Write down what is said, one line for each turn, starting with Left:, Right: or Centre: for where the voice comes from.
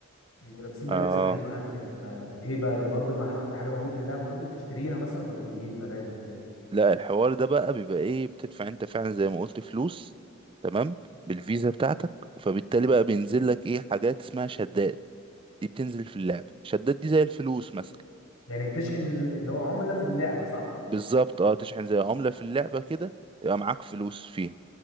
Left: بيبقوا لابسين بقى
Right: اه
Left: لبس غريب وحاجات كده فايه بقى ده برضو ما- ده حاجه موجوده في اللعبه برضو بتشتريها مثلا ولا دي ايه ببلاش ولا ايه
Right: لا الحوار ده بقى بيبقى ايه بتدفع انت فعلا زي ما قلت فلوس تمام بالفيزا بتاعتك فبالتالي بقى بينزل لك ايه حاجات اسمها شدات دي بتنزل في اللعبة شدات دي زي الفلوس مثلا
Left: يعني بتشحن اللي هو عمله في اللعبه صح
Right: بالظبط اه تشحن زي عملة في اللعبة كده تبقى معاك فلوس فيها